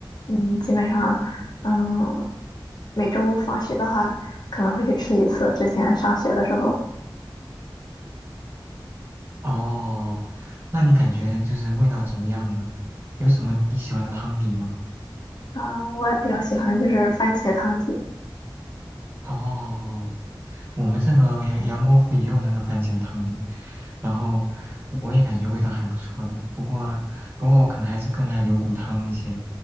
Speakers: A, on the left; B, on the right.
A: 嗯，基本上，嗯，每周放学的话可能会去吃一次。之前上学的时候，
B: 哦，那你感觉就是味道怎么样呢？有什么你喜欢的汤底吗？
A: 啊、我也比较喜欢就是番茄汤底，
B: 哦，我们这个杨杨国福也有那个番茄汤底，然后我也感觉味道还不错的。不过，不过我可能还是更爱牛骨汤一些，